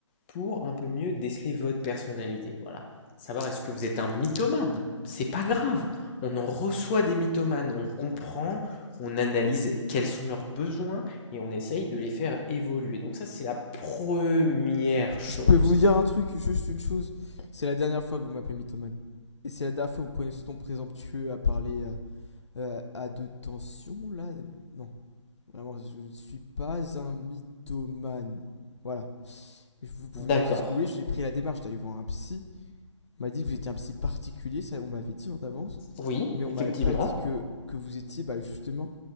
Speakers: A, on the left; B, on the left.
A: pour un peu mieux déceler votre personnalité. Voilà. Savoir est-ce que vous êtes un mythomane. C'est pas grave. On en reçoit des mythomanes. On comprend, on analyse quels sont leurs besoins et on essaye de les faire évoluer. Donc ça, c'est la première chose.
B: Je peux vous dire un truc, juste une chose. C'est la dernière fois que vous m'appelez mythomane. Et c'est la dernière fois que vous prenez ce ton présomptueux à parler euh, euh, à de tension, là. Non, vraiment, je ne suis pas un mythomane. Voilà. Vous pouvez
A: D'accord.
B: m'accuser ce que vous voulez. J'ai pris la démarche d'aller voir un psy on m'a dit que vous étiez un psy particulier, ça on m'avait dit en avance,
A: Oui,
B: mais on
A: effectivement.
B: m'avait pas dit que, que vous étiez bah, justement